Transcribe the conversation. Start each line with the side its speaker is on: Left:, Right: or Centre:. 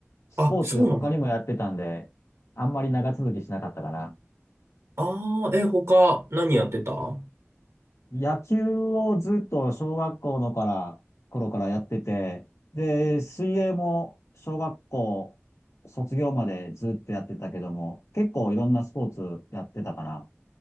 Left: スポーツ他にもやってたんで、
Right: あ、そうなの。
Left: あんまり長続きしなかったかな。
Right: ああ、え、他何やってたも
Left: 野球をずっと小学校のから頃からやってて、で、水泳も小学校卒業までずっとやってたけども、結構いろんなスポーツやってたかな。